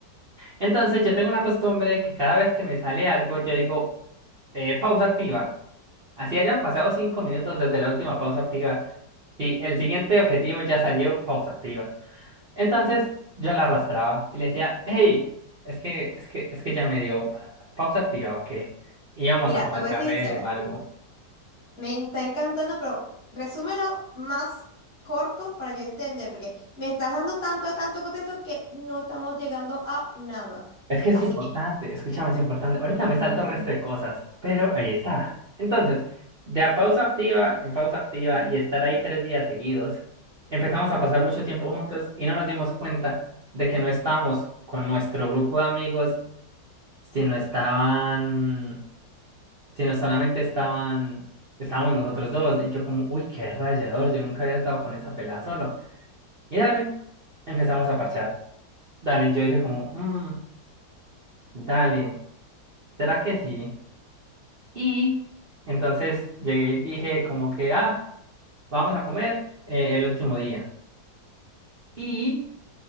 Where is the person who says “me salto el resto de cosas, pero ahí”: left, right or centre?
Right